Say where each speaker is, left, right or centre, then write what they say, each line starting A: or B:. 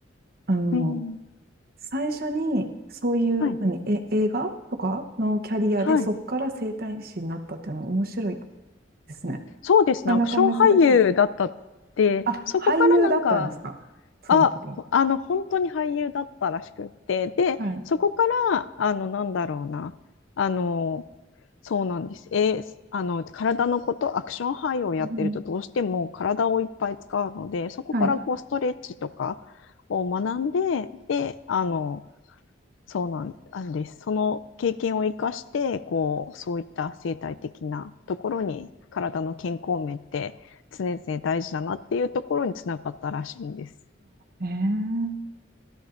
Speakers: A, on the right; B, on the left.
A: あの、
B: うん、
A: 最初に、そういう、
B: はい、
A: 何、え、映画とかのキャリアで、
B: はい。
A: そっから整体師になったっていうのは面白いですね。
B: そうですね、
A: なかなか珍しいですね。
B: アクション俳優だったって、
A: あ、
B: そこからなんか、
A: 俳優だったんですかその方は。
B: あ、あの、本当に俳優だったらしくって、で、
A: はい。
B: そこから、あの、なんだろうな、あの、そうなんです。えーあの、体のこと、アクション俳優をやってると、
A: うん。
B: どうしても体をいっぱい使うので、そこからこう、
A: はい。
B: ストレッチとかを学んで、で、あの、そうなんなんです。その経験を生かして、こう、そういった生態的なところに、体の健康面って常々大事だなっていうところにつながったらしいんです。
A: あ、ええ